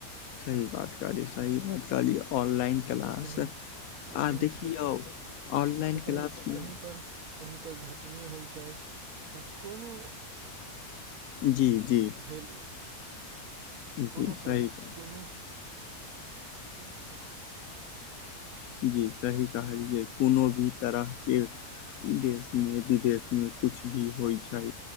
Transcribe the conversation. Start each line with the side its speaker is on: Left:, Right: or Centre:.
Left: सही बात कहलियै सही बात कहलियै ऑनलाइन। क्लास
Right: या कहीं या
Left: आ
Right: कहीं
Left: देखियौ
Right: घर देखियौ
Left: ऑनलाइन क्लासमे
Right: कहीं कहीं पर- कही पर घटने होय छै तऽ कोनो।
Left: जी, जी।
Right: फेल इ कोनो
Left: जी
Right: तर
Left: सही
Right: कोनो- <unintelligible>
Left: जी सही कहलियै, कोनो भी तरह के देश में विदेश में कुछ भी होइ छै